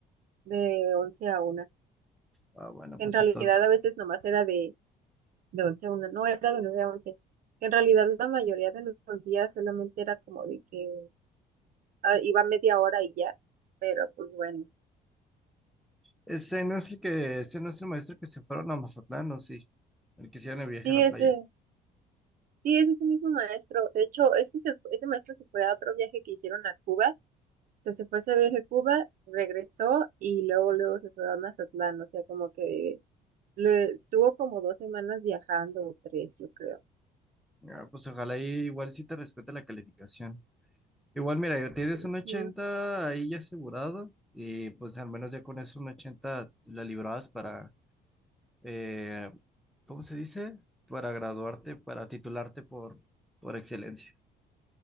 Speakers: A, on the right; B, in the centre.
A: de 11 a una
B: Ah, bueno,
A: En
B: pues
A: realidad
B: entonces,
A: a veces nomás era de, de 11 a una no era de 9 a once En realidad la mayoría de los días solamente era como de que ah, iba media hora y ya, pero pues bueno.
B: ese no es el que, ese no es el maestro que se fueron a Mazatlán, ¿o sí? El que hicieron el viaje
A: Sí,
B: a la
A: ese,
B: playa.
A: sí, es ese mismo maestro. De hecho, este, se, fu- ese maestro se fue a otro viaje que hicieron a Cuba sea, se fue ese viaje a Cuba, regresó y luego, luego se fue a Mazatlán. O sea, como que le- estuvo como dos semanas viajando o tres, yo creo.
B: Ah, pues ojalá ahí igual sí te respete la calificación. Igual, mira, ya tienes un
A: Sí.
B: ochenta ahí ya asegurado, y pues al menos ya con eso un 80 la librabas para eh, ¿cómo se dice? Para graduarte, para titularte por, por excelencia.